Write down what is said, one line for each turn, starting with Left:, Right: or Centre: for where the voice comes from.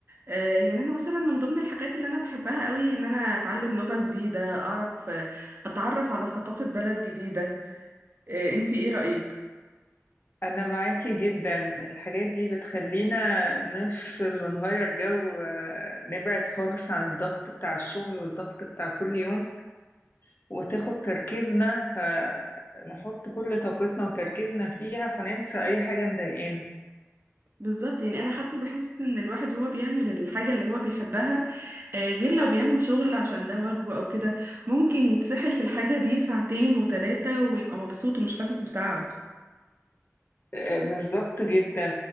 Right: آه، يعني أنا مثلا من ضمن الحاجات اللي أنا بحبها قوي إن أنا أتعلم لغة جديدة أعرف آه، أتعرف على ثقافة بلد جديدة آه، أنتي إيه رأيك؟
Left: أنا معاكي جدا الحاجات دي بتخلينا نفصل ونغير جو آه، نبعد خالص عن الضغط بتاع الشغل والضغط بتاع كل يوم وتاخد تركيزنا فنحط كل طاقتنا وتركيزنا فيها فننسى أي حاجة مضايقانا
Right: بالظبط يعني انا حتى بحس ان الواحد وهو بيعمل الحاجه اللي هو بيحبها آه، غير لو بيعمل شغل عشان ده واجبه او كده ممكن يتسحل في الحاجه دي ساعتين وثلاثه ويبقى مبسوط ومش حاسس بتعب
Left: آه، بالظبط جدا